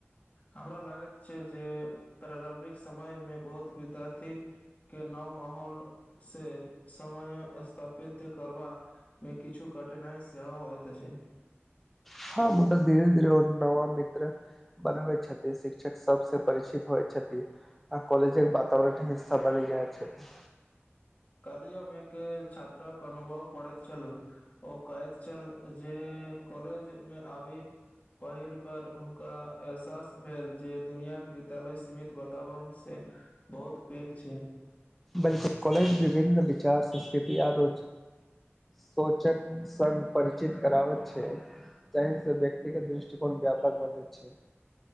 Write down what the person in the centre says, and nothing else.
हँ मुदा धीरे धीरे ओ नवा मित्र बनबै छथि शिक्षक सबस परिचित होइ छथि। आ कॉलेजक बातावरण हिस्सा बनी जाय छथि।
बिल्कुल कॉलेज विभिन्न विचार संस्कृति आरो सोचक संग परिचित कराबैत छै। जाहि स व्यक्तिगत दृष्टिकोण व्यापक बनैत छै।